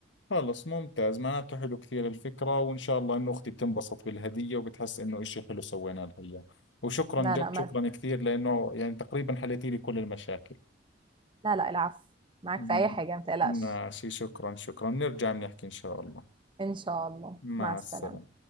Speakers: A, on the left (about 75°); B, on the right (about 25°).
A: خلص ممتاز معناته حلو كثير الفكرة وإن شاء الله إنه أختي بتنبسط بالهدية وبتحس إنه إشي حلو سوينا لها إياه وشكرا
B: لا
A: جد
B: لا ما
A: شكرا كثير لأنه يعني تقريبا حليتي لي كل المشاكل
B: لا لا العفو معاك
A: مم،
B: في اي حاجة ما تقلقش
A: ماشي شكرا شكرا نرجع بنحكي إن شاء الله
B: ان شاء الله
A: مع
B: مع السلامة
A: السلامة